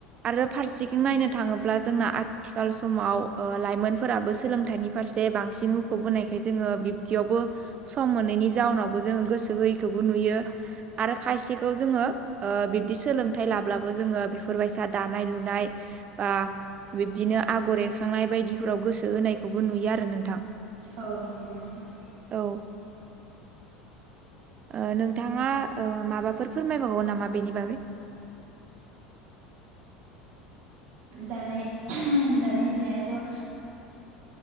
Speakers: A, on the right; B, on the right.
A: आरो फारसेथिं नायनो
B: नोंथां
A: थाङोब्ला जोंना आथिखाल समाव ओ लाइमोनफोराबो सोलोंथाइनि फारसे बांसिन मुखुब होनोनायखाय जोंङो बि बदियावबो सम मोनैनि जाउनावबो जोंङो गोसो होयैखौबो नुयो। आरो खायसेखौ जोंङो ओ बिब्दि सोलोंथाइ लाब्लाबो जोंङो बेफोरबायसा दानाय लुनाय बा बिब्दिनो आगर एरखांनाय बायदिफोराव गोसो होनायखौबो नुयो आरो नोंथां।
B: औ नंगौ नोंथां।
A: औ ओ नोंथांङा ओ माबाफोर फोरमायबावो नामा बेनि बागै
B: दानाय उमह दानाय लुनायाथ'ओ